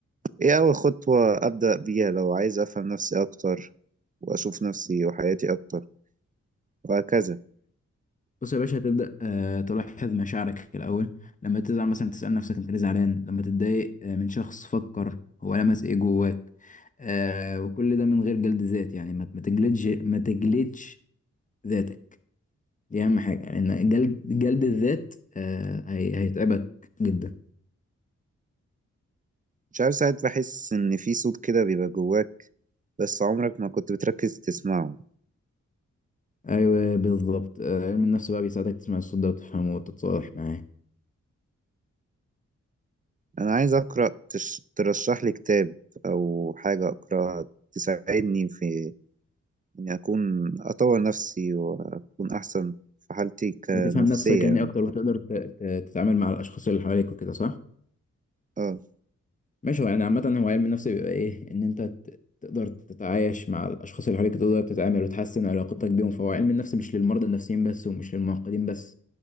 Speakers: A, on the right; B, on the left.
A: ايه اول خطوة ابدأ بيها لو عايز افهم نفسي اكتر واشوف نفسي وحياتي اكتر وهكذا
B: بص يا باشا هتبدأ آه تلاحظ مشاعرك الأول لما تزعل مثلا تسأل نفسك انت ليه زعلان لما تتضايق آه من شخص فكر هو لمس ايه جواك آه وكل ده من غير جلد ذات يعني ما ما تجلدش ما تجلدش ذاتك دي أهم حاجة لأن يعني جلد جلد الذات آه هي... هيتعبك جدا
A: مش عارف ساعات بحس ان في صوت كده بيبقى جواك بس عمرك ما كنت بتركز تسمعه
B: ايوه بالظبط آه، علم النفس بقى بيساعدك تسمع الصوت ده وتفهمه وتتصالح معاه
A: انا عايز اقرأ تش... ترشح لي كتاب او حاجة اقرأها تساعدني في اني اكون اطور نفسي واكون احسن في حالتي كنفسية
B: وتفهم نفسك يعني
A: يعني
B: اكتر وتقدر ت- ت- تتعامل مع الاشخاص اللي حواليك وكده صح
A: اه
B: ماشي هو يعني عامه هو علم النفس بيبقى ايه ان انت ت- تقدر تتعايش مع الاشخاص اللي حواليك تقدر تتعامل وتحسن علاقتك بيهم فهو علم النفس مش للمرضى النفسيين بس ومش للمعقدين بس